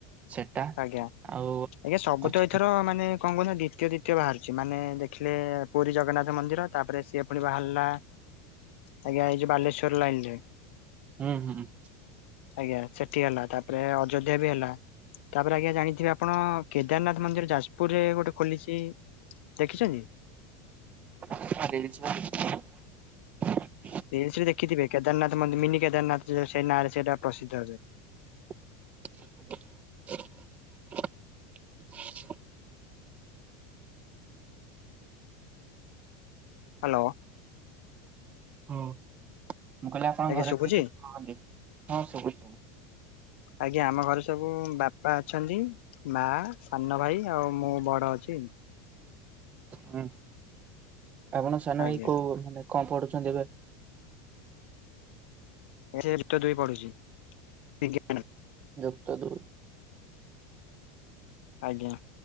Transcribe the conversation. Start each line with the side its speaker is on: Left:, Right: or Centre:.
Right: ସେଟା
Left: ଆଜ୍ଞା
Right: ଆଉ
Left: ଆଜ୍ଞା ସବୁ
Right: ଅଛି
Left: ତ ଏଥର ମାନେ କଣ କହୁଛନ୍ତି? ଦ୍ଵିତୀୟ ଦ୍ଵିତୀୟ ବାହାରୁଛି ମାନେ ଦେଖିଲେ ପୁରୀ ଜଗନ୍ନାଥ ମନ୍ଦିର ତାପରେ ସିଏ ପୁଣି ବାହାରିଲା ଆଜ୍ଞା ଏଇଯୋଉଁ ବାଲେଶ୍ଵର ଲାଇନ ରେ
Right: ହୁଁ ହୁଁ।
Left: ଆଜ୍ଞା ସେଠି ହେଲା ତାପରେ ଅଯୋଧ୍ୟା ବି ହେଲା ତାପରେ ଆଜ୍ଞା ଜାଣିଥିବେ ଆପଣ କେ ଦାରନାଥ ମନ୍ଦିର ଯାଜପୁରରେ ଗୋଟେ ଖୋଲିଛି ଦେଖିଛନ୍ତି?
Right: ରିଲସ ରେ ଦେଖିଛି।
Left: ସେ ସେଠି ଦେଖିଥିବେ କେଦାରନାଥ ମଧ୍ୟ ମିନି କେଦାରନାଥ ସେ ନାଁ ରେ ସେଇଟା ପ୍ରସିଦ୍ଧ ହେ
Right: <inaudible>
Left: ହ୍ୟାଲୋ!
Right: ହୁଁ ମୁଁ କହିଲି ଆପଣଙ୍କ
Left: ଆଜ୍ଞା
Right: ଘରେ
Left: ଶୁଭୁଛି
Right: କେ କି କୁହନ୍ତି ହଁ ସବୁୁ
Left: ଆଜ୍ଞା ଆମ ଘରେ ସବୁ ବାପା ଅଛନ୍ତି। ମା ସାନ ଭାଇ ଆଉ ମୁଁ ବଡ ଅଛି
Right: ହୁଁ ଆପଣ ସାନ ଭାଇ
Left: ଆଜ୍ଞା
Right: କୋଉ ମାନେ କଣ ପଢୁଛନ୍ତି ଏବେ?
Left: ଏ ତ ଦୁଇ ପଢୁଛି ବିଜ୍ଞାନ
Right: ଯପତ ଦୁର
Left: ଆଜ୍ଞା